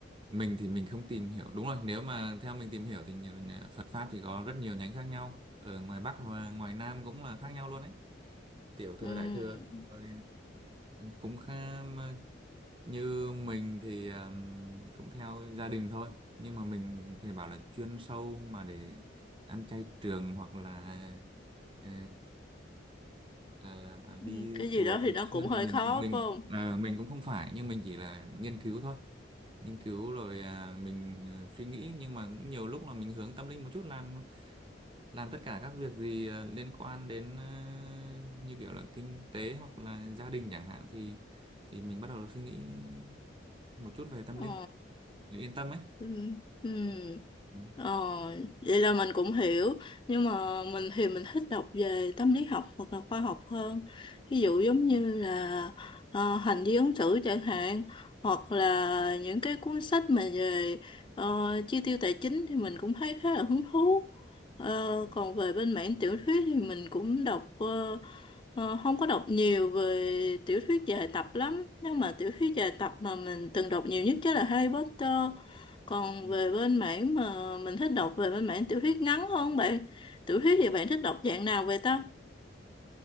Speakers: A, on the right (about 25°); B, on the left (about 25°).
A: mình thì mình không tìm hiểu đúng rồi nếu mà theo mình tìm hiểu thì nhiều- Phật pháp thì có rất nhiều nhánh khác nhau ở ngoài Bắc và ngoài Nam cũng là khác nhau luôn đấy tiểu
B: Ừ,
A: thừa đại thừa rồi cũng khá như mình thì um, cũng theo gia đình thôi nhưng mà mình thì bảo là chuyên sâu mà để ăn chay trường hoặc là ờ, là là
B: ừ,
A: đi
B: cái gì
A: chùa
B: đó
A: thường
B: thì nó
A: xuyên
B: cũng hơi
A: thì mình
B: khó
A: mình
B: phải không?
A: ờ, mình cũng không phải nhưng mình chỉ là nghiên cứu thôi nghiên cứu rồi à, mình ờ, suy nghĩ nhưng mà cũng nhiều lúc là mình hướng tâm linh một chút làm làm tất cả các việc gì ờ, liên quan đến ờ, như kiểu là kinh tế hoặc là gia đình chẳng hạn thì thì mình bắt đầu suy nghĩ một chút về tâm
B: Ờ,
A: linh để yên tâm ấy
B: ừ, ừ.
A: Ừ.
B: Ờ, vậy là mình cũng hiểu nhưng mà mình thì mình thích đọc về tâm lý học hoặc là khoa học hơn ví dụ giống như
A: Ừ.
B: là ờ, hành vi ứng xử chẳng hạn hoặc là những cái cuốn sách mà về ờ, chi tiêu tài chính thì mình cũng thấy khá là hứng thú Ờ,
A: À,
B: còn về bên mảng tiểu thuyết thì mình cũng đọc ờ, ờ, không có đọc nhiều về tiểu thuyết dài tập lắm nhưng mà tiểu thuyết dài tập mà mình từng đọc nhiều nhất chắc là Harry Potter còn
A: ừ.
B: về bên mảng mà mình thích đọc về bên mảng tiểu thuyết ngắn hơn bạn. Tiểu thuyết thì bạn thích đọc dạng nào vậy ta?